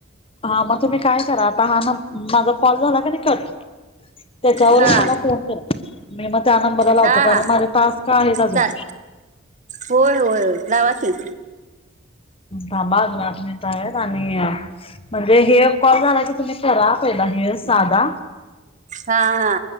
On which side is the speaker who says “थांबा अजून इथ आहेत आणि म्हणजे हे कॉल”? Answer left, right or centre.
Left